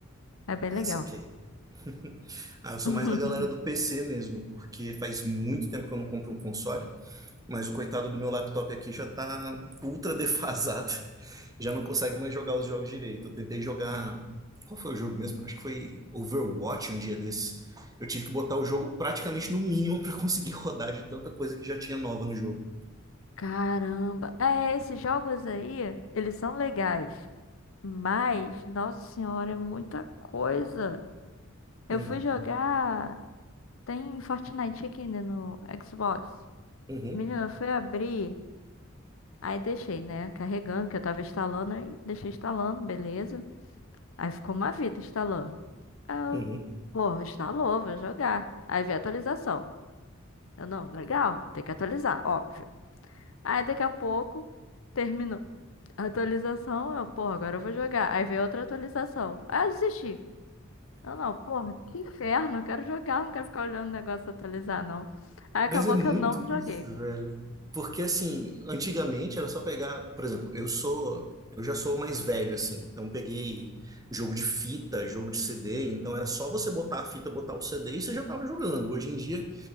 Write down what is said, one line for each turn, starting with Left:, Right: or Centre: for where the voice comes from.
Left: É bem legal.
Right: Ah, saquei. <laughs> Ah, eu sou
Left: <laughs>
Right: mais da galera do PC mesmo, porque faz muito tempo que eu não compro um console. Mas o coitado do meu laptop aqui já tá ultra defasado. <laughs> Já não consegue mais jogar os jogos direito. Eu tentei jogar. Qual foi o jogo mesmo? Acho que foi Overwatch um dia desse. Eu tive que botar o jogo praticamente no mínimo <laughs> para conseguir rodar de tanta coisa que já tinha nova no jogo.
Left: Caramba. É, esses jogos aí, eles são legais. Mas, nossa senhora, é muita coisa. Eu
Right: Uhum,
Left: fui jogar. Tem Fortnite aqui, né, no Xbox.
Right: uhum,
Left: Menina, eu fui abrir. Aí deixei, né, carregando, que eu tava instalando. Aí deixei instalando, beleza. Aí ficou uma vida instalando. Aí
Right: uhum.
Left: eu, pô, instalou, vou jogar. Aí veio a atualização. Eu, não, legal, tem que atualizar, óbvio. Aí daqui a pouco, terminou. a Atualização, eu, pô, agora eu vou jogar. Aí veio outra atualização. Aí eu desisti. Não, não, porra, que inferno, eu quero jogar, não quero ficar olhando o negócio atualizar, não. Aí
Right: Mas
Left: acabou
Right: é muito
Left: que eu não
Right: isso,
Left: joguei.
Right: velho. Porque assim, antigamente era só pegar, por exemplo, eu sou, eu já sou mais velho assim, então peguei jogo de fita, jogo de CD, então era só você botar a fita, botar o CD e você já estava jogando. Hoje em dia,